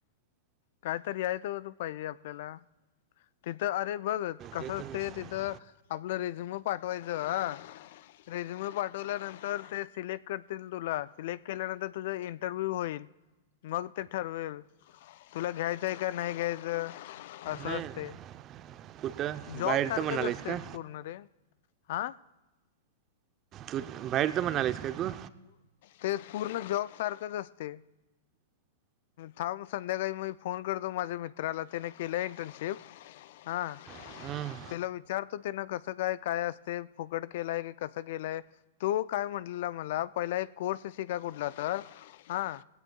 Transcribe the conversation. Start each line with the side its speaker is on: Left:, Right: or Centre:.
Left: कायतरी याय तर पाहिजे आपल्याला तिथं अरे बघ कसं
Right: ते तर
Left: असतंय
Right: विषय.
Left: तिथं आपलं रेझ्युम पाठवायचं ह रेझ्युम्य पाठवल्यानंतर ते सिलेक्ट करतील तुला, सिलेक्ट केल्यानंतर तुझं इंटरव्ह्यू होईल. मग ते ठरवेल, तुला घ्यायचंय का नाही घ्यायचं? असं
Right: नाही
Left: असते
Right: कुठं
Left: जॉब
Right: बाहेरचं
Left: सारखच
Right: म्हणालीस
Left: असते
Right: का
Left: पूर्ण रे. आ?
Right: तू बाहेरचं म्हणालयस काय तू?
Left: ते पूर्ण जॉब सारखंच असते. थांब संध्याकाळी मी फोन करतो माझ्या मित्राला त्याने केला इंटर्नशिप हा,
Right: हम्म,
Left: तेला विचारतो त्यान कसं काय काय असते फुकट केलाय की कसं केलंय, तो काय म्हटलेला मला पहिला एक कोर्स शिका कुठला तर, हा